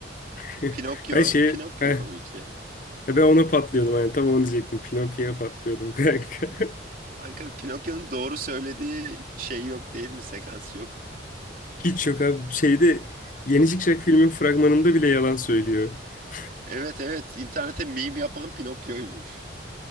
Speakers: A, on the left; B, on the right.
A: <laughs>
B: Pinokyo,
A: Ben şey
B: Pinokyo
A: heh,
B: komik ya.
A: e, ben ona patlıyordum yani tam onu diyecektim. Pinokyo'ya patlıyordum kanka. <laughs>
B: Kanka Pinokyo'nun doğru söylediği şey yok değil mi? Sekans yok.
A: Hiç yok abi. Şeyde Yeni çıkacak filmin fragmanında bile yalan söylüyor. <laughs>
B: Evet evet internete meme yapan Pinokyo'ymuş.